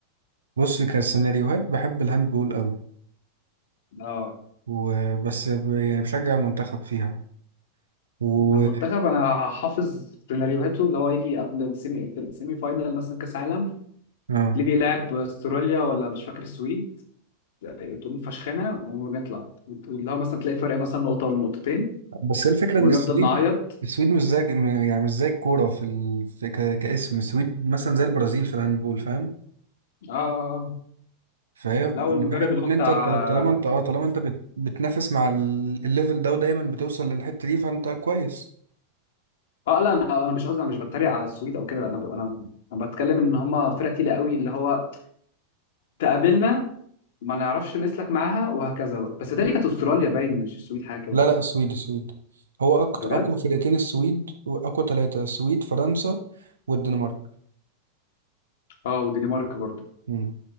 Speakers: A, on the right (about 70°); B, on the left (about 55°).
A: بص كسيناريوهات بحب الهاندبول قوي
B: اه
A: وبس ب- يعني بشجع المنتخب فيها و
B: ما المنتخب انا حافظ سيناريوهاته اللي هو يجي قبل السيمي السيمي فاينال مثلا كاس عالم
A: اه
B: اللي بيلعب استراليا ولا مش فاكر السويد تقوم فشخنا ونطلع اللي هو مثلا تلاقي فرق مثلا نقطه ولا نقطتين
A: بس هي الفكرة
B: ونفضل
A: ان السويد
B: نعيط
A: السويد مش زي م- يعني مش زي الكورة في, ال... في ك... كاسم السويد مثلا زي البرازيل في الهاندبول فاهم
B: اه
A: فهي ب-
B: لو
A: اللي
B: المدرب
A: بحبه
B: اللي
A: ان
B: هو
A: انت
B: بتاع
A: طل- طالما انت اه طالما انت بت... بتنافس مع ال- الليفل ده ودايما بتوصل للحتة دي فانت كويس
B: اه لا انا انا مش قصدي انا مش بتريق على السويد او كده انا انا انا بتكلم ان هم فرقه تقيله قوي اللي هو تقابلنا ما نعرفش نسلك معاها وهكذا بقى. بس تالي كانت استراليا باين مش السويد حاجه كده
A: لا
B: صح
A: لا السويد السويد هو أقوى
B: بجد
A: أقوى فرقتين السويد وأقوى ثلاثة السويد فرنسا والدنمارك
B: اه والدنمارك برضه
A: مم.